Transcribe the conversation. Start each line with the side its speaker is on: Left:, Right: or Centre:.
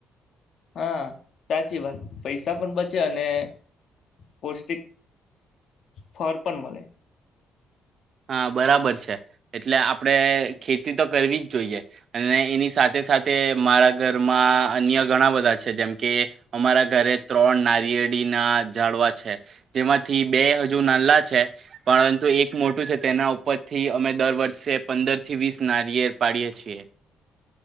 Left: હા સાચી વાત પૈસા પણ બચે અને પૌષ્ટિક ફળ પણ મળે.
Right: હા બરાબર છે એટલે આપડે ખેતી તો કરવી જ જોઈએ અને એની સાથે સાથે મારા ઘરમાં અન્ય ઘણા બધા છે જેમ કે અમારા ઘરે ત્રણ નારિયેળીના ઝાડવા છે જેમાંથી બે હજુ નાલ્લા છે પરંતુ એક મો મોટુ છે તેના ઉપરથી અમે દર વર્ષે પંદરથી વીસ નારિયેલ પાડીએ છીએ.